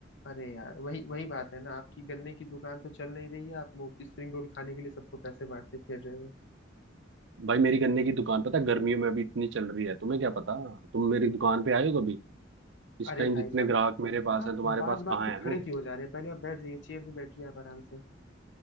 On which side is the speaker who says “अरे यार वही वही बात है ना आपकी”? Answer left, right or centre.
Left